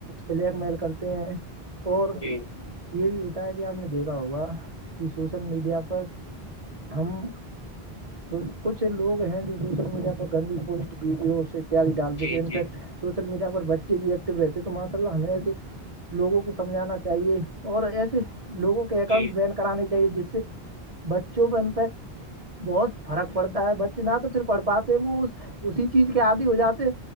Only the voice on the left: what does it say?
جی
جی
جی
جی
جی